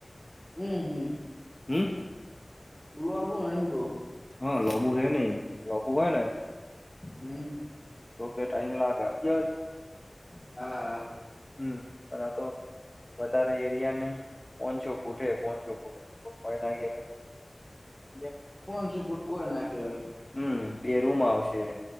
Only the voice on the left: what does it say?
હમ
હા લોબુ છેે નહ લોબુ હોય ને
તો કે ટાઈમ લાગે.
હમ એ તો. વધારે એરિયા નહી કોચો ભૂટે કોચો ભૂટે કો ના કવાય જે
હમ બે રૂમ આવશે